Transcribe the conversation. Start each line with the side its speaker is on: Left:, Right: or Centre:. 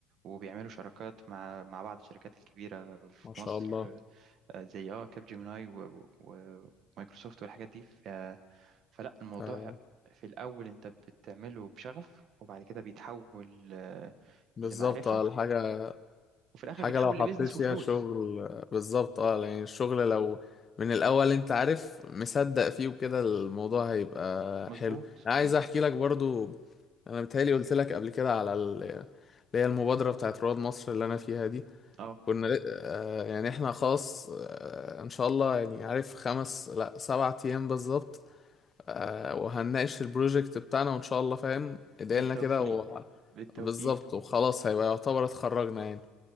Right: وبيعملوا شراكات مع مع بعض الشركات الكبيرة في
Left: ما شاء
Right: مصر
Left: الله
Right: آه، زي اه كاب جيميناي و- و- ومايكروسوفت والحاجات دي ف- فلا الموضوع
Left: آه،
Right: في الأول أنت بتعمله بشغف وبعد كده بيتحول آه،
Left: بالظبط
Right: لمعرفة
Left: اه الحاجة
Right: وفي الآخر
Left: الحاجة
Right: بيتحول
Left: لو
Right: لبيزنس
Left: حطيت فيها
Right: وفلوس
Left: شغل آه، بالظبط اه يعني الشغل لو من الأول أنت عارف مصدق فيه وكده الموضوع هيبقى
Right: مظبوط
Left: حلو أنا عايز
Right: مظبوط
Left: أحكي لك برضو أنا بتهيألي قلت لك قبل كده على ال- اللي هي المبادرة بتاعت رواد مصر اللي أنا فيها دي
Right: اه
Left: كنا ل- آه، يعني احنا خلاص آه، ان شاء الله يعني عارف خمس لا سبع ايام بالظبط آه، وهنناقش البروجكت بتاعنا وان شاء الله فاهم ادعيلنا
Right: بالتوفيق
Left: كده و...
Right: بالتوفيق
Left: بالظبط وخلاص هيبقى يعتبر اتخرجنا يعني